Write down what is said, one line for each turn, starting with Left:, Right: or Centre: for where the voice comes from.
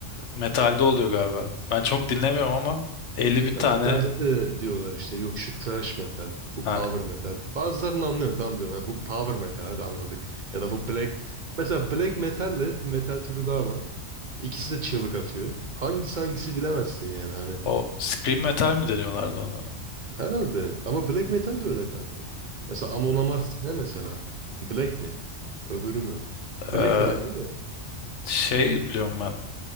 Left: metalde oluyor galiba. Ben çok dinlemiyorum ama 50 bin tane
Right: Ya metalde de diyorlar işte yok şu thrash metal, bu
Left: ha,
Right: power metal. Bazılarını anlıyorum tamam diyorum. "Ha, bu power metal hadi anladık. Ya da bu black. Mesela black metalle bir metal türü daha var. İkisi de çığlık atıyor. Hangisi hangisi bilemezsin yani hani.
Left: o scream metal mi deniyorlardı ona?
Right: Herhalde. Ama black metal de öyle kanka. Mesela Amon Amarth ne mesela? Black mi? Öbürü mü? Black
Left: Ee,
Right: herhalde değil mi?
Left: şey biliyorum ben.